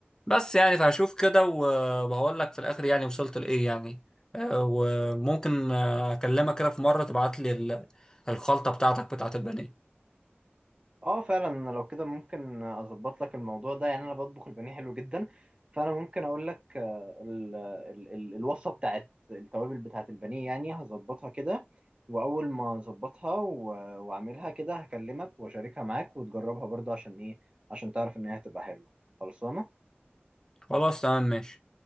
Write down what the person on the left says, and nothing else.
بس يعني فهشوف كده و- وهقول لك في الاخر يعني وصلت لايه يعني آه، وممكن آه، اكلمك كده في مره تبعت لي ال- الخلطه بتاعتك بتاعت البانيه
خلاص تمام ماشي